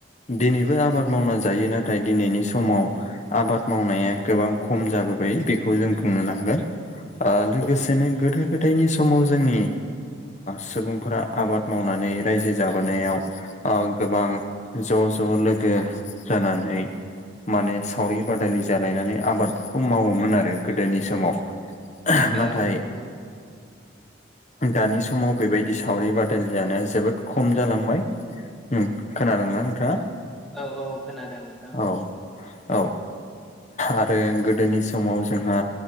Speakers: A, on the left (about 35°); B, in the centre.
A: दिनैबो आबाद मावनानै जायो नाथाय दिनैनि समाव आबाद मावनाया गोबां खम जाबोबाय बेखौ जों बुंनो नांगोन लोगोसे जेननो गोदो गोदायनि समाव जोंनि सुबुंफोरा आबाद मावनानै रायजो जाबोनायाव गोबां ज' ज' लोगो जानानै माने सावरि बादालि जालायनानै आबादफोरखौ मावोमोन आरो गोदोनि समाव नाथाय
B: औ नंगौ
A: दानि समाव बेबायदि सावरि बादालि जानाया जोबोद खम जालांबाय ओम खोनादोंना नोंथाङा?
B: औ औ खोनादों नोंथां।
A: औ औ आरो गोदोनि समाव जोंहा